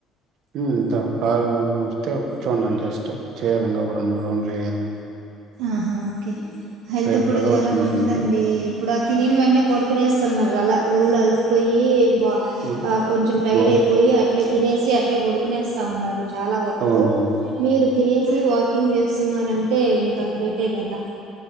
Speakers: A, on the right (about 65°); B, on the right (about 80°).
A: హ్మ్ ఇంతొ కారు వస్తే కూర్చోనున్న జస్ట్ చేయ్యాలని ఒక రెండు మూడు రౌండ్లు వేయాలని
B: ఆహా ఓకే హెల్త్
A: రేపు
B: గూడా
A: రథోత్సవం
B: చాలా మంచిదండి
A: ఉంటుంది.
B: ఇప్పుడు తినిన వెంటనే పడుకునేస్ తున్నరుఅలా ఒళ్ళు అలసిపోయి బా
A: హ్మ్.
B: కొంచెం టైడ్
A: అవు
B: అయిపోయి అట్లే తినేసి అట్లే పడుకునేస్తా ఉన్నారు చాలా వరకు
A: అవునవును.
B: మీరు తినేసి వాకింగ్ చేస్ తున్నారంటే ఇంకా గ్రేటే కదా